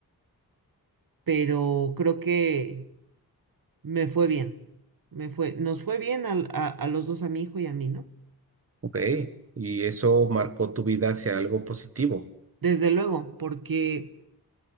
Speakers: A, on the right; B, on the right.
A: pero creo que Me fue bien. Me fue, nos fue bien al- a, a los dos, a mi hijo y a mí, ¿no?
B: Ok, y eso marcó tu vida hacia algo positivo,
A: Desde luego, porque